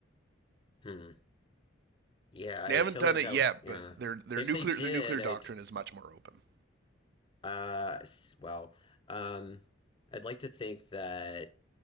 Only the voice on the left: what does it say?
Hmm. Yeah, I
feel
like
that,
yeah.
If
they did,
I'd,
uh, s- well, um, I'd like to think that